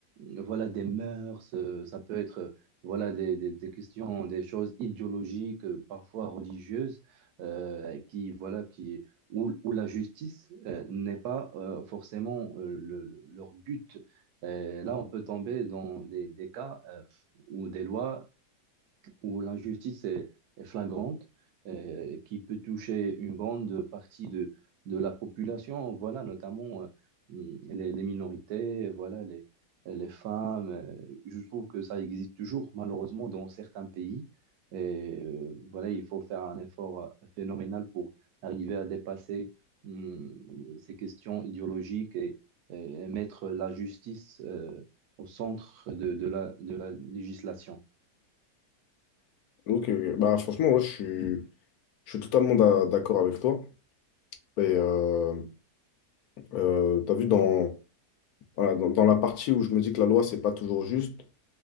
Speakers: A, on the right; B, on the left.
A: voilà, des mœurs, euh, ça peut être euh, voilà, des, des- des questions, des choses idéologiques, euh, parfois religieuses, euh, qui, voilà, qui, où, où la justice euh, n'est pas euh, forcément euh, le- le- leur but. Euh, là, on peut tomber dans des, des cas euh, ou des lois où l'injustice est, est flagrante, euh, qui peut toucher une grande partie de, de la population, voilà, notamment euh, les, les minorités, voilà, les, les femmes. euh, Je trouve que ça existe toujours, malheureusement, dans certains pays. Et euh, voilà, il faut faire un effort phénoménal pour arriver à dépasser hum, ces questions idéologiques et, et mettre la justice euh, au centre de, de la, de la législation.
B: Ok, ok. Bah, franchement, ouais, je suis, je suis totalement d'a- d'accord avec toi. Et euh, euh, t'as vu dans Voilà, dans, dans la partie où je me dis que la loi, c'est pas toujours juste,